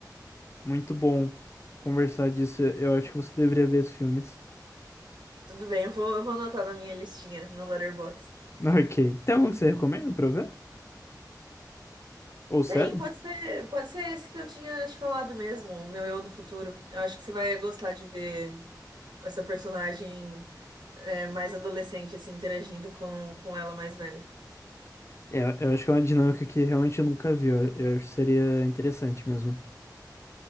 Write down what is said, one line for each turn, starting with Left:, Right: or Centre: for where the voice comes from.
Left: muito bom conversar disso. Eu acho que você deveria ver esses filmes.
Right: Tudo bem, eu vou, eu vou anotar na minha listinha no Letterboxd.
Left: <laughs> Ok. Tem algum que você recomenda pra eu ver? Ou sério?
Right: Tem, pode ser, pode ser esse que eu tinha te falado mesmo, o meu eu do futuro. Eu acho que você vai gostar de ver essa personagem é, mais adolescente, assim, interagindo com, com ela mais velha.
Left: É, eu acho que é uma dinâmica que realmente eu nunca vi. Eu, eu acho que seria interessante mesmo.